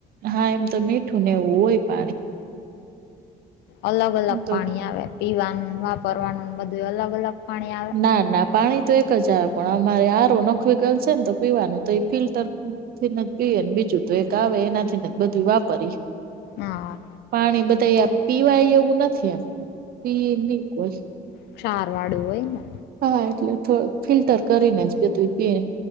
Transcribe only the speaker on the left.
અલગ અલગ
પાણી આવે, પીવાનું, વાપરવાનું ને બધું અલગ અલગ પાણી આવે.
હા
ક્ષારવાળું હોય ને.